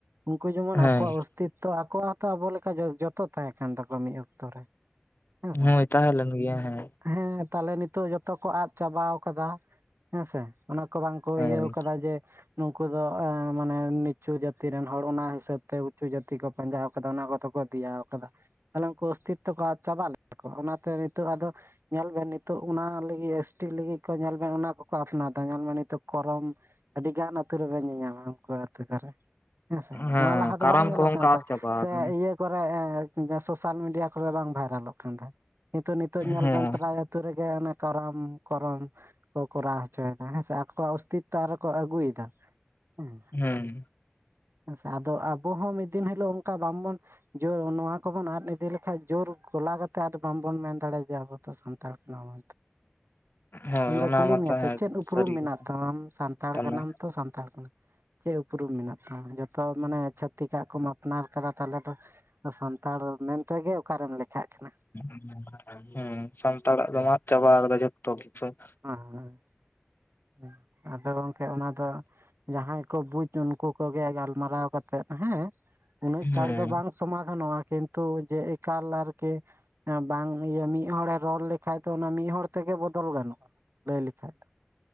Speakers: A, on the right; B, on the left.
A: ᱩᱱᱠᱩ ᱡᱮᱢᱚᱱ
B: ᱦᱮᱸ
A: ᱟᱠᱚᱣᱟᱜ ᱚᱥᱛᱤᱛᱛᱚ ᱟᱠᱚ ᱢᱟᱛᱚ ᱟᱵᱚ ᱞᱮᱠᱟ ᱡᱚᱛᱚ ᱛᱟᱦᱮᱸ ᱠᱟᱱ ᱛᱟᱠᱚᱣᱟ ᱢᱤᱫ ᱚᱠᱛᱚ ᱨᱮ ᱦᱮᱸᱥᱮ
B: ᱦᱳᱭ ᱛᱟᱦᱮᱸ ᱞᱮᱱ ᱜᱮᱭᱟ ᱦᱮᱸ
A: ᱦᱮᱸ ᱛᱟᱦᱞᱮ ᱱᱤᱛᱚᱜ ᱡᱚᱛᱚ ᱠᱚ ᱟᱫ ᱪᱟᱵᱟ ᱟᱠᱟᱫᱟ᱾ ᱦᱮᱸ ᱥᱮ ᱚᱱᱟ ᱠᱚ ᱵᱟᱝ ᱠᱚ
B: ᱦᱳᱭ
A: ᱤᱭᱟᱹ ᱠᱟᱫᱟ ᱡᱮ ᱱᱩᱠ ᱩᱱᱠᱩ ᱫᱚ ᱢᱟᱱᱮ ᱱᱤᱪᱩ ᱡᱟᱹᱛᱤ ᱨᱮᱱ ᱦᱚᱲ ᱚᱱᱟ ᱦᱤᱥᱟᱹᱵ ᱩᱪᱩ ᱡᱟᱹᱛᱤ ᱠᱚ ᱯᱟᱸᱡᱟ ᱟᱠᱟᱫᱟ ᱚᱱᱟ ᱠᱚᱫᱚ ᱠᱚ ᱫᱮᱭᱟ ᱟᱠᱟᱫᱟ᱾ ᱛᱟᱦᱞᱮ ᱩᱱᱠᱩ ᱚᱥᱛᱤᱛᱚ ᱱᱤᱛ ᱠᱚ ᱪᱟᱵᱟᱜ ᱞᱮᱫᱟ ᱠᱚ ᱚᱱᱟᱛᱮ ᱱᱤᱛᱚᱜ ᱟᱫᱚ ᱧᱮᱞ ᱵᱮᱱ ᱱᱤᱛᱚᱜ ᱚᱱᱟ ᱞᱟᱹᱜᱤᱫ ᱮᱥ ᱴᱤ ᱞᱟᱹᱜᱤᱫ ᱠᱚ ᱧᱮᱞ ᱢᱮ ᱚᱱᱟ ᱠᱚᱠᱚ ᱟᱯᱱᱟᱨ ᱫᱟ ᱧᱮᱞ ᱢᱮ ᱱᱤᱛᱚ ᱠᱚᱨᱚᱢ ᱟᱹᱰᱤ ᱜᱟᱱ ᱟᱹᱛᱩ ᱨᱮᱵᱮᱱ ᱧᱮᱧᱟᱢ-ᱟ ᱩᱱᱠᱩ ᱟᱹᱛᱩ ᱠᱚᱨᱮ ᱦᱮᱸ ᱥᱮ
B: ᱦᱮᱸ
A: ᱱᱚᱣᱟ ᱞᱟᱦᱟ ᱫᱚ
B: ᱠᱟᱨᱟᱢ
A: ᱵᱟᱝ ᱧᱮᱞᱚᱜ
B: ᱠᱚᱦᱚᱸ
A: ᱠᱟᱱ
B: ᱚᱱᱠᱟ
A: ᱛᱟᱦᱮᱸ
B: ᱟᱫ ᱪᱟᱵᱟ
A: ᱥᱮ
B: ᱟᱠᱟᱱᱟ
A: ᱤᱭᱟᱹ <inaudible> ᱠᱚᱨᱮ <inaudible> ᱥᱳᱥᱟᱞ ᱢᱤᱰᱤᱭᱟ ᱠᱚᱨᱮ ᱵᱟᱝ ᱵᱷᱟᱭᱨᱟᱞᱚᱜ ᱠᱟᱱ ᱛᱟᱦᱮᱸ᱾ ᱱᱤᱛᱚᱜ, ᱱᱤᱛᱚᱜ ᱧᱮᱞ
B: ᱦᱮᱸ
A: ᱵᱮᱱ ᱯᱨᱟᱭ ᱟᱹᱛᱩ ᱨᱮᱜᱮ ᱚᱱᱮ ᱠᱚᱨᱚᱢ, ᱠᱚᱨᱚᱢ᱾ ᱠᱚ ᱠᱚᱨᱟᱣ ᱦᱚᱪᱚᱭ ᱮᱫᱟ ᱦᱮᱸ ᱥᱮ, ᱟᱠᱚᱣᱟᱜ ᱚᱥᱛᱤᱛᱛᱚ ᱟᱨᱦᱚᱸ ᱠᱚ ᱟᱹᱜᱩᱭ ᱮᱫᱟ᱾ ᱦᱮᱸ
B: ᱦᱩᱸ
A: ᱦᱮᱸ ᱥᱮ, ᱟᱫᱚ ᱟᱵᱚ ᱦᱚᱸ ᱢᱤᱫ ᱫᱤᱱ ᱦᱤᱞᱳᱜ ᱚᱱᱠᱟ ᱵᱟᱝ ᱵᱚᱱ ᱡᱳᱨ ᱱᱚᱣᱟ ᱠᱚ ᱵᱚᱱ ᱟᱫ ᱤᱫᱤ ᱞᱮᱠᱷᱟᱡ ᱡᱳᱨ ᱠᱷᱚᱞᱟ <unintelligible> ᱠᱟᱛᱮ ᱟᱨ ᱵᱟᱝ ᱵᱚᱱ ᱢᱮᱱ ᱫᱟᱲᱮᱭᱟᱜᱼᱟ ᱡᱮ ᱟᱵᱚ ᱫᱚ ᱥᱟᱱᱛᱟᱲ ᱠᱟᱱᱟ ᱵᱚᱱ ᱢᱮᱱᱛᱮ,
B: ᱦᱳᱭ
A: ᱦᱮᱸ ᱥᱮ᱾
B: ᱚᱱᱟ
A: ᱠᱩᱞᱤ
B: ᱢᱟᱛᱚ
A: ᱢᱮᱭᱟ ᱛᱚ,
B: ᱦᱮᱸ
A: ᱪᱮᱫ ᱩᱯᱨᱩᱢ
B: ᱥᱟᱹᱨᱤ
A: ᱢᱮᱱᱟᱜ
B: ᱠᱟᱛᱷᱟ
A: ᱛᱟᱢᱟ ᱟᱢ ᱥᱟᱱᱛᱟᱲ
B: ᱠᱟᱱᱟ
A: ᱠᱟᱱᱟᱢ ᱛᱚ ᱥᱟᱱᱛᱟᱲ ᱠᱟᱱᱟ᱾ ᱪᱮᱫ ᱩᱯᱨᱩᱢ ᱢᱮᱱᱟᱜ ᱛᱟᱢᱟ‌ᱡᱚᱛᱚ ᱢᱟᱱᱮ ᱪᱷᱛᱤᱠᱟᱜ ᱠᱚᱢᱟ ᱟᱯᱱᱟᱨ ᱠᱟᱫᱟ ᱛᱟᱦᱚᱞᱮ ᱫᱚ ᱥᱟᱱᱛᱟᱲ ᱢᱮᱱᱛᱮ ᱜᱮ ᱚᱠᱟᱨᱮᱢ ᱞᱮᱠᱷᱟᱜ ᱠᱟᱱᱟ
B: <inaudible> ᱦᱩᱸ ᱥᱟᱱᱛᱟᱲ-ᱟ ᱫᱚᱢ ᱟᱫ ᱪᱟᱵᱟ ᱟᱠᱟᱫᱟ ᱡᱷᱚᱛᱚ ᱠᱤᱪᱷᱩ ᱾
A: ᱦᱮᱸ, ᱦᱮᱸ, ᱟᱫᱚ ᱜᱚᱝᱠᱮ ᱚᱱᱟ ᱫᱚ ᱡᱟᱦᱟᱸᱭ ᱵᱩᱡ ᱩᱱᱠᱩ ᱠᱚᱜᱮ ᱜᱟᱞᱢᱟᱨᱟᱣ ᱠᱟᱛᱮ ᱦᱮᱸ, ᱩᱱᱟᱹᱜ ᱪᱷᱟᱬ
B: ᱦᱮᱸ
A: ᱫᱚ ᱵᱟᱝ ᱥᱚᱢᱟᱫᱷᱟᱱᱚᱜᱼᱟ᱾ ᱠᱤᱱᱛᱩ ᱡᱮ ᱮᱠᱟᱞ ᱟᱨ ᱠᱤ ᱵᱟᱝ ᱤᱭᱟᱹ ᱢᱤᱫ ᱦᱚᱲᱮ ᱨᱚᱲ ᱞᱮᱠᱷᱟᱡ ᱫᱚ ᱚᱱᱟ ᱢᱤᱫ ᱦᱚᱲ ᱛᱮᱜᱮ ᱵᱚᱫᱚᱞ ᱜᱟᱱᱚᱜᱼᱟ ᱞᱟᱹᱭ ᱞᱮᱠᱷᱟᱡ ᱫᱚ᱾